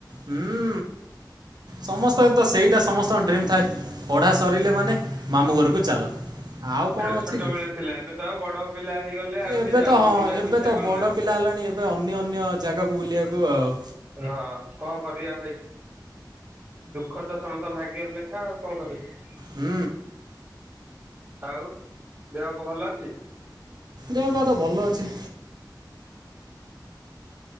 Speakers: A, on the right; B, on the right.
A: ହୁଁ ସମସ୍ତ ତନ୍ତ ସେଇଟା ସମସ୍ତଙ୍କ ଡ୍ରିମ୍ ଥାଏ ପଢ଼ା ସରିଲେ ମାନେ ମାମୁଁଘରକୁ ଚାଲ। ଆଉ କ'ଣ
B: ସେଟା
A: ଅଛି
B: ଛୋଟବେେଳେ
A: କି
B: ଥିଲା, ଏବେ ତ ବଡ ପିଲା ହେଇଗଲେ ଆଉ
A: ଏବେ
B: କିଏ
A: ତ
B: ଯାଉ
A: ହଁ
B: ଯିବାକୁ
A: ଏବେ
B: ଇଛା
A: ତ
B: କରିୁନାହାନ୍ତି?
A: ବଡ଼ ପିଲା ହେଲାଣି ଏବେ ଅନ୍ୟ ଅନ୍ୟ ଜାଗାକୁ ବୁଲିବାକୁ ଆଉ।
B: ହଁ କଣ କରିବା ଭାଇ ଦୁଃଖ ତ ସମସ୍ତଙ୍କ ଭାଗ୍ୟରେ ଲେଖା ଆଉ କଣ କରିବା?
A: ହୁଁ।
B: ଆଉ ଦେହକୁ ଭଲ ଅଛି।
A: ଦେହପା ତ ଭଲ ଅଛି।